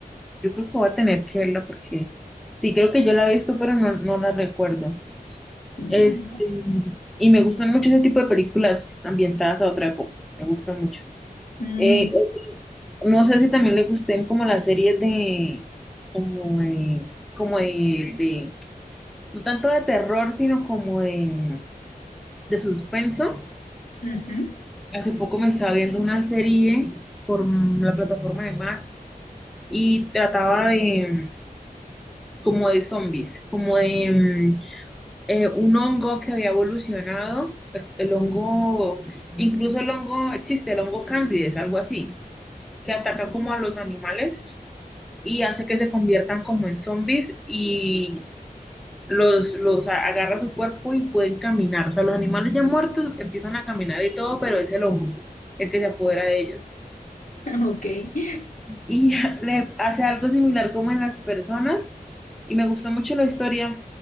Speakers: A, in the centre; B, on the left (about 55°).
A: yo creo que voy a tener que verla porque sí, creo que yo la he visto, pero no, no la recuerdo.
B: Sí,
A: Este,
B: ¿verdad?
A: y me gustan mucho ese tipo de películas ambientadas a otra época. Me gustan mucho.
B: Mm,
A: Eh, eh, no sé si también le gusten como las series de, como de, como de, de- no tanto de terror, sino como de, de suspenso.
B: ujú,
A: Hace poco me estaba viendo una serie por la plataforma de Max y trataba de, como de zombies, como de, eh, un hongo que había evolucionado, el, el hongo, incluso el hongo, existe el hongo candides, algo así, que ataca como a los animales y hace que se conviertan como en zombies y los, los a- agarra su cuerpo y pueden caminar. O sea, los animales ya muertos empiezan a caminar y todo, pero es el hongo el que se apodera de ellos
B: <laughs> Ok.
A: y <laughs> le hace algo similar como en las personas. Y me gustó mucho la historia